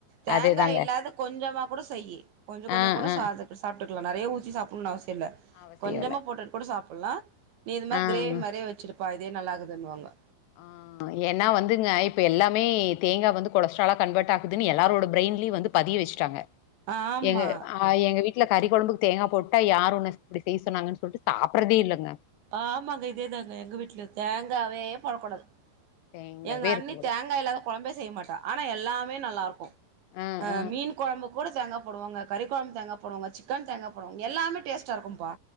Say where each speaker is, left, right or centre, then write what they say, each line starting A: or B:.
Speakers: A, on the right; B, on the left.
A: தேங்காய்
B: அதேதாங்க
A: இல்லா அதை கொஞ்சமாக கூட செய் கொஞ்சம் கொஞ்சம்
B: ஆ
A: கூட
B: ஆ
A: சா சாப்பிட்டுக்கலாம் நிறைய ஊத்தி சாப்பிடணுன்னு அவசியம் இல்ல
B: அவசியோ
A: கொஞ்சமா
B: இல்ல
A: போட்டுட்டு கூட சாப்பல்லாம் நீ இ மாரி
B: ஆ
A: கிரேவி
B: ஆ
A: மாறியே வச்சிருப் ப்பா இதே நல்லாகுதுன்னாங்கோ
B: ஆ, ஏன்னா வந்துங்க இப்ப எல்லாமே தேங்கா வந்து கொலஸ்ட்ராலா கன்வெர்ட் ஆக்குதுன்னு எல்லாரோட பிரைன்லியு வந்து பதிய வச்சுட்டாங்க
A: ஆமா
B: எங்க ஆ எங்க வீட்டு வீட்ல கறி குழம்புக்கு தேங்காய போட்டா யாரு ஒன்ன இப்டி செய்ய சொன்னாங்கன்ன சொல்ட்டு சாப்படறதே இல்லைங்க
A: ஆமாங்க இதேதாங்க எங்க வீட்ல தேங்காவைவே போடக்கூடாது
B: தேங்காவே
A: எங்க அண்ணி
B: இருக்க கூடாது
A: தேங்காய் இல்லாம குழம்பே செய்ய மாட்டா ஆனா எல்லாமே நல்லா இருக்கு
B: ஆ
A: அ
B: ஆ
A: மீன் குழம்பு கூட தேங்க போடுவாங்க கறி குழம்பு தேங்க போடுவங்க சிக்கன் தேங்காய போடுவாங்க எல்லாமே டேஸ்டா இருக்கும்பா